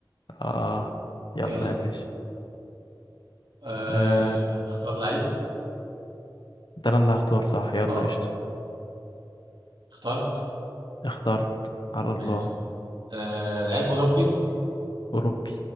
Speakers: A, on the left; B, on the right.
A: آه يلا
B: يلا
A: يا باشا
B: آه
A: آه...
B: اختار لعيب
A: ده انا اللي هختار صح يلا
B: اه
A: قشطة
B: اخترت
A: اخترت على الله
B: ماشي آه لعيب اوروبي
A: اوروبي